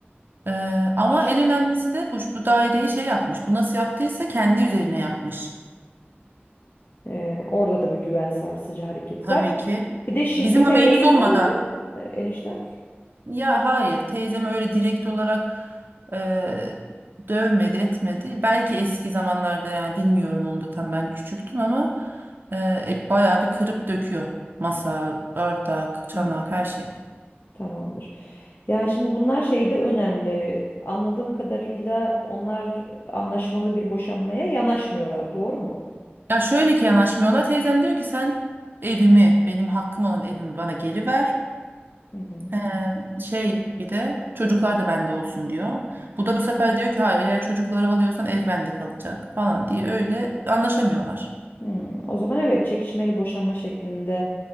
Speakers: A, on the right; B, on the left.
A: Ee, ama
B: Ş-
A: en önemlisi de bu, bu daireyi şey yapmış. Bu nasıl yaptıysa kendi üzerine yapmış.
B: e, orada da bir güven sarsıcı hareket
A: Tabii
B: var.
A: ki.
B: Bir de şiddete
A: Bizim haberimiz
B: eğimli
A: olmadan.
B: mi e, enişte?
A: Ya hayır teyzem öyle direkt olarak eee, dövmedi etmedi. Belki eski zamanlarda yani bilmiyorum onu da tam ben küçüktüm ama eee e, bayağı bir kırıp döküyor. Masa, bardak, çanak
B: Hmm,
A: her şeyi.
B: tamamdır. Yani şimdi bunlar şey de önemli. Anladığım kadarıyla onlar anlaşmalı bir boşanmaya yanaşmıyorlar, doğru mu?
A: Ya şöyle ki yanaşmıyorlar. Teyzem diyor ki sen evimi benim hakkım olan evimi bana geri ver.
B: Hı hı.
A: Eee, şey bir de çocuklar da bende olsun diyor. Bu da bu sefer diyor ki hayır eğer çocukları alıyorsan ev bende kalacak falan diye öyle anlaşamıyorlar.
B: Hmm, o zaman evet çekişmeli boşanma şeklinde